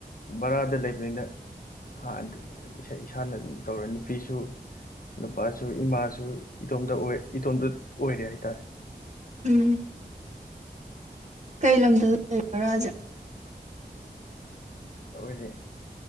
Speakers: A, on the left; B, on the right.
A: ꯕꯔꯥꯗ ꯂꯩꯕꯅꯤꯅ ꯍꯥꯟꯅꯗꯤ ꯏꯁꯥꯅ ꯑꯗꯨꯝ ꯇꯧꯔꯦ ꯅꯨꯄꯤꯁꯨ ꯅꯨꯄꯥꯁꯨ ꯏꯃꯥꯁꯨ ꯏꯇꯣꯝꯗ ꯑꯣꯢ ꯏꯇꯣꯝꯇ ꯑꯣꯏꯔꯦ ꯍꯥꯏꯇꯥꯔꯦ
B: ꯎꯝ ꯀꯩ ꯂꯝꯗ ꯂꯩꯁꯦ ꯕꯔꯥꯖꯦ
A: ꯑꯩꯈꯣꯏꯁꯦ